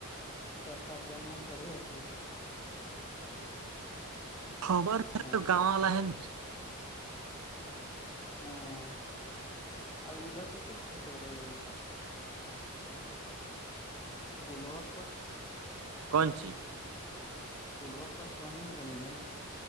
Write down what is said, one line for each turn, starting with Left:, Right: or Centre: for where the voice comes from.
Left: کیسا جال مال توڑی ہوگی
Right: خبر میر
Left: ہاں
Right: گاوں لحنی
Left: ہاں اور ادھر کاکر کھیت رے پولوک پاس
Right: کونچی
Left: پلوک پس تو نہیںنی ایک زمین ہو نا